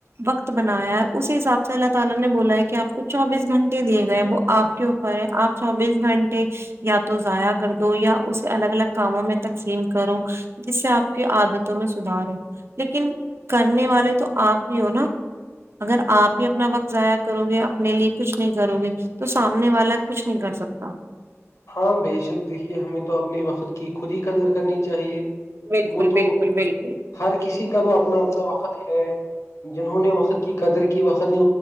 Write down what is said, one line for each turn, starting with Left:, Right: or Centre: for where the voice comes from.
Right: وقت بنایا ہے اس حساب سے اللہ تعالی نے بولا ہے کہ آپ کو چوبیس گھنٹے دیے گئے ہیں وہ آپ کے اوپر ہے آپ چوبیس گھنٹے یا تو ضائع کر دو یا اسے الگ الگ کاموں میں تقسیم کرو جس سے آپ کی عادتوں میں سدار ہو لیکن کرنے والے تو آپ ہی ہو نا اگر آپ بھی اپنا وقت ضائع کرو گے اپنے لیے کچھ نہیں کرو گے تو سامنے والا کچھ نہیں کر سکتا
Left: ہاں بیشک دیکھیے ہمیں تو اپنے وقت کی خود ہی قدر کرنی چاہیے
Right: بالکل
Left: وہ تو
Right: بالکل بالکل
Left: ہر کسی کا تو اپنا اپنا وقت ہے جنہوں نے وقت کی قدر کی وقت نے